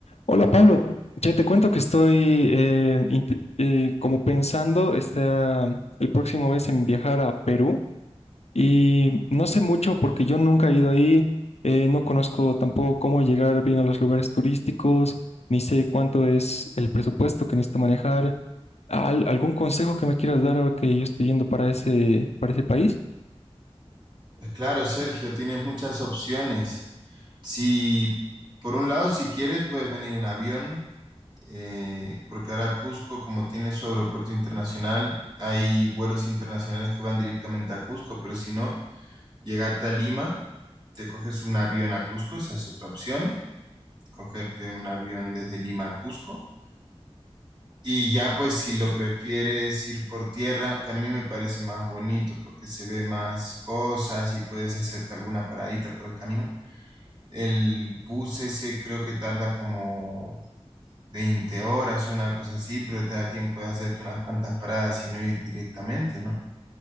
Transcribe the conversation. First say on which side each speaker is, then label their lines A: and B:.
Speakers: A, on the left (about 80°); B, on the right (about 45°).
A: Hola Pablo, ya te cuento que estoy eh, int- eh, como pensando esta, el próximo mes en viajar a Perú y no sé mucho porque yo nunca he ido ahí, eh, no conozco tampoco cómo llegar bien a los lugares turísticos, ni sé cuánto es el presupuesto que necesito manejar. Al- ¿algún consejo que me quieras dar ahora que yo estoy yendo para ese, para ese país?
B: Eh, Claro, Sergio, tienes muchas opciones. Si, por un lado, si quieres, puedes venir en avión, eh, porque ahora Cusco, como tiene su aeropuerto internacional, hay vuelos internacionales que van directamente a Cusco, pero si no, llegarte a Lima, te coges un avión a Cusco, esa es otra opción, cogerte un avión desde Lima a Cusco. Y ya, pues, si lo prefieres ir por tierra, que a mí me parece más bonito porque se ve más cosas y puedes hacerte alguna paradita por el camino El bus ese creo que tarda como 20 horas, una cosa así, pero te da tiempo de hacerte unas cuantas paradas y no ir directamente, ¿no?